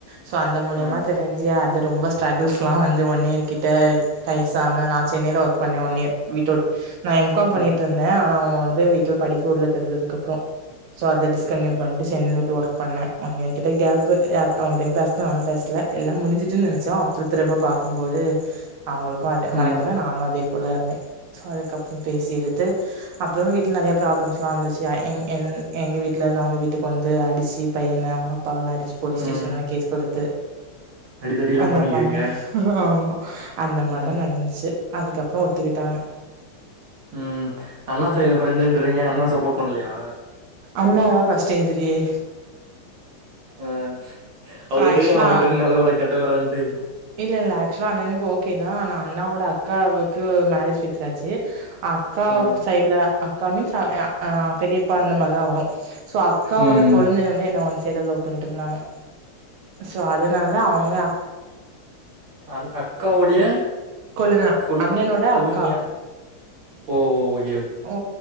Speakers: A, on the right; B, on the right.
A: சோ அந்த மூலியமா
B: ஆ
A: தெரிஞ்சு அது ரொம்ப ஸ்ட்ரகுள்ஸ் எல்லா வந்து ஒன் இயர் கிட்ட கைசாம நா சென்னையில ஒர்க் பண்ணே ஒன் இயர் வீட்டோட் நா எம் காம் பண்ணிட்டு
B: ம்
A: இருந்தே ஆனா அவுங்க வந்து வீட்டுல படிக்கவுடல தெரிஞ்சதுக்கு அப்புறோ ஸோ அத டிஸ்கண்டியூ
B: ம்
A: பண்ட்டு சென்னைல போய் ஒர்க் பண்ணே ஒன் இயர்கிட்ட கேப்பு எ அவங்கிட்டயு பேசல நானு பேசல எல்லா முடிஞ்சுட்டுன்னு நெனைச்சோ அப்புறோ திரும்ப பாக்கும்போது அவங்களுக்கு அத மறக்கல
B: ம்
A: நானு அதே போல வே சோ அதுக்கப்புற பேசி எடுத்து அப்புறோ வீட்டுல நெறைய ப்ராப்ளம்ஸ் எல்லா வந்துச்சு எ எங் என் எங்க வீட்டுல இருந்து அவுங்க வீட்டுக்கு வந்து அடிச்சு பையனை அவங்க அப்பாவல்லா அடிச்சு போலீஸ் ஸ்டேஷன்ல
B: ம்
A: கேஸ் குடுத்து
B: அடிதடிலா
A: அந்த
B: பண்ணிக்கிறீங்க
A: மாரில்லா ஆமா அந்த மாரில்லா
B: ம்
A: நடந்துச்சு அதுக்கப்புறோ ஒத்துக்கிட்டாங்க
B: ம் அண்ணா சைட்ல ஃப்ரெண்டுன்றீங்க அண்ணா சப்போர்ட் பண்ணலையா
A: அண்ணாதா ஃபஸ்ட் எதிரியே
B: ம் அவருக்கு
A: ஆக்சுவலா
B: தெரியு அவர் ப்ரெண்டு நல்லவரா கெட்டவரான்று
A: இல்ல இல்ல ஆக்சுவலா அண்ணனுக்கு ஓகே தா ஆனா அண்ணாவோட அக்காவுக்கு மேரேஜ் ஃபிக்ஸ் சாச்சி அக்கா
B: ஆ
A: சைட்ல அக்கா மீன்ஸ் அ அ அ பெரியப்பா அந்த மாரிதா வரு சோ அக்காவோட
B: ம்
A: கொழுந்தன் வந்து என்ன ஒன் சைடா லவ் பண்ணிட்டு இருந்தாங்க சோ அதுனால அவுங்க ஆ
B: அ அக்காவுடைய
A: கொழுந்தன்
B: கொழ்
A: அண்ணனோட
B: கொழுய
A: அக்கா
B: ஓ ஓய்
A: ஓ